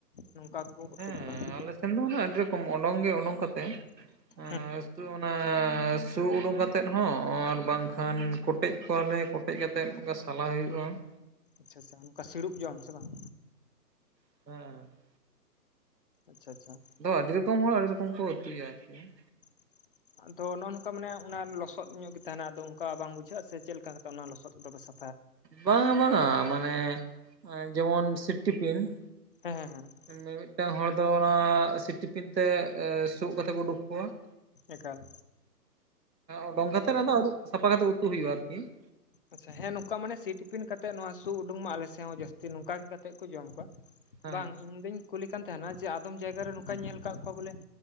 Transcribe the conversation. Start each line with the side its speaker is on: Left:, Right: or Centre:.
Left: ᱱᱚᱝᱠᱟ ᱠᱚ ᱩᱛᱩ
Right: ᱦᱮᱸ
Left: ᱠᱚᱣᱟ ᱾
Right: <inaudible> ᱫᱚ ᱟᱹᱰᱤ ᱨᱚᱠᱚᱢ ᱚᱰᱚᱝ ᱜᱮ ᱚᱰᱳᱝ ᱠᱟᱛᱮ ᱾
Left: <inaudible>
Right: ᱮᱸ <unintelligible> ᱚᱱᱟ ᱥᱩ ᱩᱰᱩᱝ ᱠᱟᱛᱮᱫ ᱦᱚᱸ ᱟᱨ ᱵᱟᱝᱠᱷᱟᱱ ᱠᱚᱴᱮᱡ ᱠᱚᱣᱟᱞᱮ ᱾ ᱠᱚᱴᱮᱡ ᱠᱟᱛᱮᱫ ᱜᱮ ᱥᱟᱞᱟ ᱦᱩᱭᱩᱜᱼᱟ ᱾
Left: ᱟᱪᱪᱷᱟ ᱟᱪᱪᱷᱟ ᱚᱝᱠᱟ ᱥᱤᱲᱩᱯ ᱡᱚᱢ ᱥᱮ ᱵᱟᱝ?
Right: ᱦᱮᱸ ᱾
Left: ᱟᱪᱪᱷᱟ ᱟᱪᱪᱷᱟ ᱾
Right: ᱟᱫᱚ ᱟᱹᱰᱤ ᱨᱚᱠᱚᱢ ᱦᱚᱲ ᱟᱹᱰᱤ ᱨᱚᱠᱚᱢ ᱠᱚ ᱩᱛᱩᱭᱟ ᱟᱨᱠᱤ ᱾
Left: <inaudible> ᱟᱫᱚ ᱱᱚᱜᱼᱚ ᱱᱚᱝᱠᱟ ᱢᱟᱱᱮ ᱚᱱᱟ ᱞᱚᱥᱚᱫ ᱧᱚᱜ ᱜᱮ ᱛᱟᱦᱮᱱᱟ ᱟᱫᱚ ᱚᱱᱠᱟ ᱵᱟᱝ ᱵᱩᱡᱷᱟᱹᱜᱼᱟ ᱥᱮ ᱪᱮᱫ ᱞᱮᱠᱟ ᱠᱟᱛᱮ ᱚᱱᱟ ᱞᱚᱥᱚᱫ ᱠᱚᱫᱚ ᱯᱮ ᱥᱟ
Right: ᱵᱟᱝᱟ ᱵᱟᱝᱟ ᱢᱟᱱᱮ ᱡᱮᱢᱚᱱ ᱥᱤᱯᱴᱤᱯᱤᱱ ᱾
Left: ᱦᱮᱸ ᱦᱮᱸ ᱦᱮᱸ ᱾
Right: ᱢᱤ ᱢᱤᱫᱴᱟᱝ ᱦᱚᱲ ᱫᱚ ᱚᱱᱟ ᱥᱤᱯᱴᱤᱯᱤᱱ ᱛᱮ ᱥᱩᱜ ᱠᱟᱛᱮ ᱠᱚ ᱩᱰᱩᱠ ᱠᱚᱣᱟ ᱾
Left: ᱮᱠᱟᱞ ᱾
Right: ᱚᱰᱚᱝ ᱠᱟᱛᱮᱫ ᱟᱫᱚ ᱟᱹᱨᱩᱵ ᱥᱟᱯᱷᱟ ᱠᱟᱛᱮᱫ ᱩᱛᱩ ᱦᱩᱭᱩᱜᱼᱟ ᱟᱨᱠᱤ ᱾
Left: ᱟᱪᱪᱷᱟ ᱦᱮᱸ ᱱᱚᱝᱠᱟ ᱢᱟᱱᱮ ᱥᱤᱴᱤᱯᱤᱱ ᱠᱟᱛᱮ ᱱᱚᱣᱟ ᱥᱩ ᱩᱰᱩᱝ ᱢᱟ ᱟᱞᱮ ᱥᱮᱫ ᱦᱚᱸ ᱡᱟᱹᱥᱛᱤ ᱱᱚᱝᱠᱟ ᱜᱮ ᱠᱟᱛᱮᱫ ᱠᱚ ᱡᱚᱢ ᱠᱚᱣᱟ ᱾
Right: ᱦᱮᱸ
Left: ᱵᱟᱝ ᱤᱧ ᱫᱩᱧ ᱠᱩᱞᱤ ᱠᱟᱱ ᱛᱟᱦᱮᱱᱟ ᱡᱮ ᱟᱫᱚᱢ ᱡᱟᱭᱜᱟ ᱨᱮ ᱱᱚᱝᱠᱟᱹᱧ ᱧᱮᱞ ᱟᱠᱟᱫ ᱠᱚᱣᱟ ᱵᱚᱞᱮ